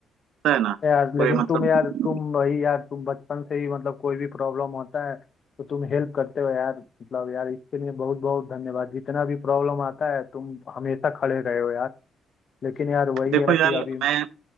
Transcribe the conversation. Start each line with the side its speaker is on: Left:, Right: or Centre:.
Right: तो है ना
Left: यार
Right: कोई
Left: लेकिन
Right: मतलब
Left: तुम यार तुम भाई यार तुम बचपन से ही मतलब कोई भी प्रॉब्लम होता है तो तुम हेल्प करते हो यार मतलब यार इसके लिए बहुत बहुत धन्यवाद जितना भी प्रॉब्लम आता है तुम हमेशा खड़े रहे हो यार लेकिन यार वही
Right: देखो
Left: है
Right: यार
Left: कि अभी
Right: मैं